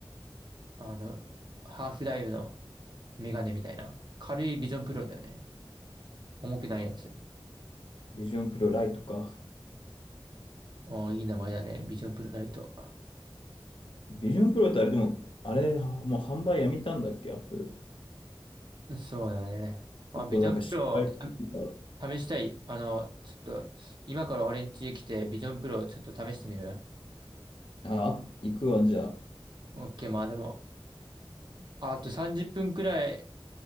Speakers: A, on the right (about 55°); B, on the left (about 65°).
A: あの、ハーフダイブのメガネみたいな。軽いビジョンプロだよね。重くないやつ。
B: ビジョンプロライトか。
A: ああ、いい名前だね。ビジョンプロライト。
B: ビジョンプロってあれでも、あれ、もう販売やめたんだっけ、アップル。
A: そうだね。まあ、
B: 結構なんか失敗してた
A: ビジョンプロをた試したい。あの、ちょっと、今から俺ん家来て、ビジョンプロをちょっと試してみる
B: あ、行くわ、じゃあ。
A: ?OK、まあでも、あと30分くらい、